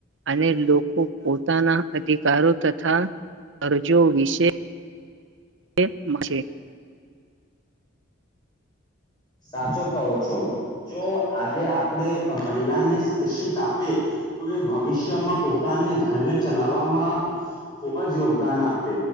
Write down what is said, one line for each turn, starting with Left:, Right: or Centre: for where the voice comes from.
Right: અને લોકો પોતાના અધિકારો તથા કરજો વિશે એમ છે. <inaudible>
Left: સાચો કહો છો, જો આજે આપણે મહિલાને શિક્ષિત આપે, તો એ ભવિષ્યમાં પોતાને ઘરને ચલાવવામાં ખુબ જ યોગદાન આપે